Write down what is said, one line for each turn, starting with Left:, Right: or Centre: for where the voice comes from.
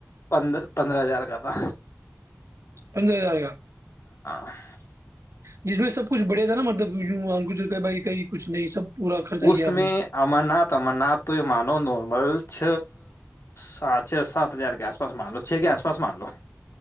Left: پندر پندرہ ہزار جبہ
Right: پندرہ ہزار کا
Left: <inaudible>
Right: جس میں سب کچھ بڑھ تھا نا مطلب یوں کچھ کہ بھائی کہئی کچھ نہیں سب پورا خرچہ
Left: اس
Right: کیا آپ
Left: میں
Right: نے
Left: امر ناتھ امر ناتھ تو یہ مانوم نمل چ سھ سات ہزار کے آس پس مان لو چھ کے آس پا مان لو